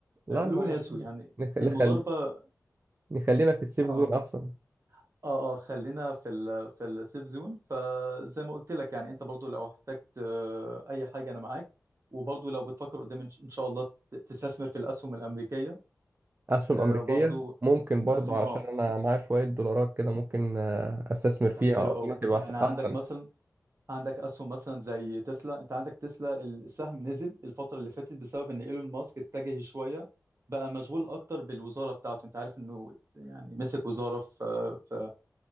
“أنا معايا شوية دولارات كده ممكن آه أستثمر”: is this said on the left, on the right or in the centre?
Right